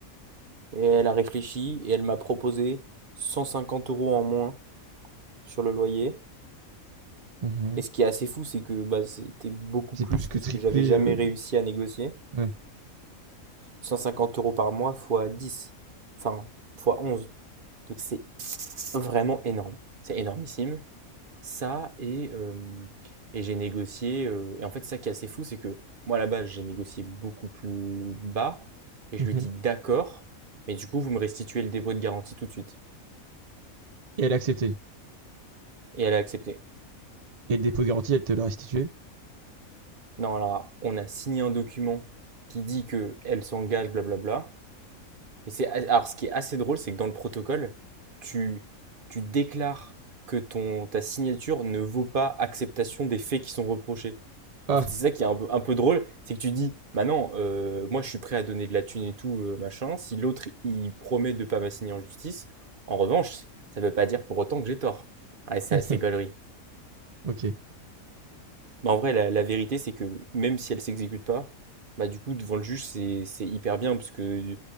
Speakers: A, on the right; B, on the right.
A: Et elle a réfléchi et elle m'a proposé 150 euros en moins sur le loyer.
B: mhm,
A: Et ce qui est assez fou, c'est que bah, c'était beaucoup
B: C'est
A: plus
B: plus que
A: que
B: triplé,
A: ce que j'avais jamais
B: euh,
A: réussi à négocier.
B: ouais.
A: 150 euros par mois fois 10, enfin fois 11. Donc c'est vraiment énorme. C'est énormissime. Ça, et, euh, et j'ai négocié. euh, et en fait, ça qui est assez fou, c'est que moi, à la base, j'ai négocié beaucoup plus bas. Et
B: mhm.
A: je lui ai dit d'accord, mais du coup, vous me restituez le dépôt de garantie tout de suite.
B: et elle a accepté.
A: Et elle a accepté.
B: Et le dépôt de garantie, elle te l'a restitué.
A: Non, alors, on a signé un document qui dit qu'elle s'engage, blablabla. Mais c'est alors ce qui est assez drôle, c'est que dans le protocole, tu tu déclares que ton ta signature ne vaut pas acceptation des faits qui sont reprochés.
B: Ah,
A: En fait, c'est ça qui est un peu, un peu drôle, c'est que tu dis, bah non, euh, moi je suis prêt à donner de la thune et tout, euh, machin. Si l'autre il promet de pas m'assigner en justice, en revanche, ça veut pas dire pour autant que j'ai tort. Ouais, c'est
B: <laughs>
A: assez gaulerie.
B: OK.
A: Bah, en vrai, la, la vérité, c'est que même si elle s'exécute pas, bah, du coup, devant le juge, c'est c'est hyper bien parce que,